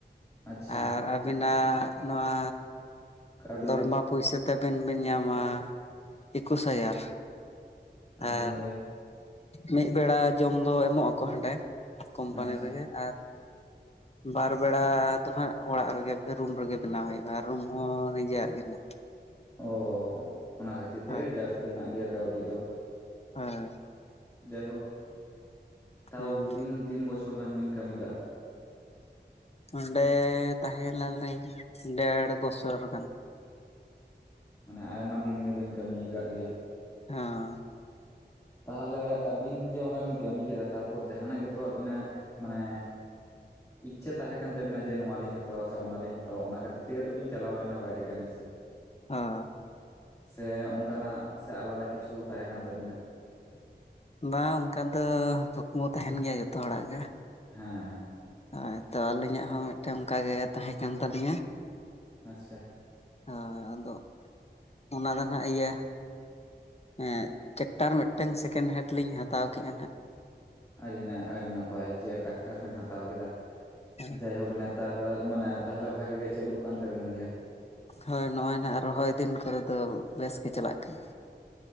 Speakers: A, on the left; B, on the left.
A: ᱟᱪᱪᱷᱟ
B: ᱟᱨ ᱟᱹᱵᱤᱱᱟᱜ ᱱᱚᱣᱟ,
A: ᱠᱟᱹᱣᱰᱤ
B: ᱫᱚᱨᱢᱟ
A: ᱫᱚ
B: ᱯᱩᱭᱥᱟᱹ ᱛᱮᱟᱵᱤᱱ ᱵᱤᱱ ᱧᱟᱢᱟ ᱮᱠᱩᱥ ᱦᱟᱡᱟᱨ,
A: ᱟᱼᱢᱮ
B: ᱟᱨ ᱢᱤᱫ ᱵᱮᱲᱟ ᱡᱚᱢ ᱫᱚ ᱮᱢᱚᱜ ᱟᱠᱚ ᱦᱟᱸᱰᱮ ᱠᱳᱢᱯᱟᱱᱤ
A: ᱟᱪᱪᱷᱟ
B: ᱨᱮᱜᱮ ᱟᱨ, ᱵᱟᱨ ᱵᱮᱲᱟ ᱫᱚ ᱦᱟᱸᱜ ᱚᱲᱟᱜ ᱨᱮᱜᱮ, ᱨᱩᱢ ᱨᱮᱜᱮ ᱵᱮᱱᱟᱣ ᱦᱩᱭᱩᱜᱼᱟ᱾ ᱟᱨ ᱨᱩᱢ ᱦᱚᱸ ᱱᱤᱡᱮᱨᱟᱜ ᱜᱮ ᱦᱟᱸᱜ,
A: ᱚ ᱚᱱᱟ ᱠᱷᱟᱹᱛᱤᱨ ᱛᱮᱜᱮ
B: ᱦᱳᱭ
A: ᱡᱟᱹᱥᱛᱤ ᱧᱟᱜ ᱜᱮᱭᱟ ᱠᱟᱹᱣᱰᱤ ᱫᱚ᱾
B: ᱦᱳᱭ
A: ᱡᱟᱭᱦᱳᱠ, ᱛᱟᱣ
B: ᱦᱩᱸ
A: ᱛᱤᱱ ᱛᱤᱱ ᱵᱚᱪᱷᱚᱨ ᱜᱟᱱ ᱵᱤᱱ ᱠᱟᱹᱢᱤ ᱞᱟᱜᱼᱟ?
B: ᱚᱸᱰᱮ ᱛᱟᱦᱮᱸ ᱞᱮᱱᱟᱞᱤᱧ ᱰᱮᱲ ᱵᱚᱪᱷᱚᱨ ᱜᱟᱱ᱾
A: ᱢᱟᱱᱮ ᱟᱭᱢᱟ ᱫᱤᱱ ᱜᱮᱵᱤᱱ ᱠᱟᱹᱢᱤ ᱟᱠᱟᱜ ᱜᱮᱭᱟ᱾
B: ᱦᱮᱸᱻ
A: ᱛᱟᱦᱚᱞᱮ ᱟᱹᱵᱤᱱ ᱡᱮ ᱚᱱᱟ ᱵᱤᱱ ᱠᱟᱹᱢᱤ ᱠᱮᱫᱟ, ᱛᱟᱨᱯᱚᱨ ᱡᱟᱦᱟᱱᱟᱜ ᱜᱮᱛᱚ ᱟᱹᱵᱤᱱᱟᱜ ᱢᱟᱱᱮ, ᱤᱪᱪᱷᱟᱹ ᱛᱟᱦᱮᱸ ᱠᱟᱱ ᱛᱟᱹᱵᱤᱱᱟ ᱡᱮ ᱱᱚᱣᱟ ᱞᱤᱧ ᱦᱟᱛᱟᱣᱟ ᱥᱮ ᱚᱱᱟᱞᱤᱧ ᱦᱟᱛᱟᱣᱟ, ᱚᱱᱟ ᱠᱷᱟᱹᱛᱤᱨ ᱛᱮᱜᱮ ᱛᱚᱵᱤᱱ ᱪᱟᱞᱟᱣ ᱞᱮᱱᱟ ᱵᱟᱭᱨᱮ ᱠᱟᱹᱢᱤ ᱥᱮᱫ, <inaudible>
B: ᱟᱻ
A: ᱥᱮ ᱚᱱᱠᱟᱱᱟᱜ ᱥᱮ ᱟᱞᱟᱫᱟ ᱠᱤᱪᱷᱩ ᱛᱟᱦᱮᱸ ᱠᱟᱱ ᱛᱟᱹᱵᱤᱱᱟ? <inaudible>
B: ᱵᱟᱝ ᱚᱱᱠᱟ ᱫᱚ ᱠᱩᱠᱢᱩ ᱛᱟᱦᱮᱱ ᱜᱮᱭᱟ ᱡᱷᱚᱛᱚ ᱦᱚᱲᱟᱜ ᱜᱮ᱾
A: ᱦᱮᱸ
B: ᱦᱳᱭᱛᱚ ᱟᱹᱞᱤᱧᱟᱜ ᱦᱚᱸ ᱢᱤᱫᱴᱮᱱ ᱚᱱᱠᱟᱜ ᱜᱮ, ᱛᱟᱦᱮᱸ ᱠᱟᱱ ᱛᱟᱹᱟᱞᱤᱧᱟ᱾
A: ᱟᱪᱪᱷᱟ
B: ᱦᱚᱸ ᱟᱫᱚ, ᱚᱱᱟ ᱫᱚ ᱦᱟᱸᱜ ᱤᱭᱟᱹ ᱦᱮᱸ ᱪᱮᱠᱴᱟᱨ ᱢᱤᱫᱴᱟᱝ, ᱥᱮᱠᱮᱱᱰ ᱦᱮᱱᱰ ᱞᱤᱧ ᱦᱟᱛᱟᱣ ᱠᱮᱫᱼᱟ ᱾ᱱᱟᱜ
A: ᱟᱹᱰᱤᱱᱟ ᱟᱹᱰᱤ ᱱᱟᱯᱟᱭ, ᱡᱮ ᱴᱟᱠᱴᱟᱨ ᱵᱤᱱ ᱦᱟᱛᱟᱣ ᱠᱮᱫᱟ᱾
B: ᱦᱳᱭ
A: ᱡᱟᱭᱦᱳᱠ ᱱᱮᱛᱟᱨ ᱢᱟᱱᱮ ᱛᱟᱦᱚᱞᱮ ᱵᱷᱽᱟᱜᱮ ᱜᱮ ᱪᱟᱹᱞᱩᱜ ᱠᱟᱱ ᱛᱟᱵᱤᱱ ᱜᱮᱭᱟ?
B: ᱦᱳᱭ ᱱᱚᱜᱼᱚᱭ ᱱᱟᱦᱟᱜ ᱨᱚᱦᱚᱭ ᱫᱤᱱ ᱠᱚᱨᱮ ᱫᱚ, ᱵᱮᱥ ᱜᱮ ᱪᱟᱞᱟᱜ ᱠᱟᱱᱟ᱾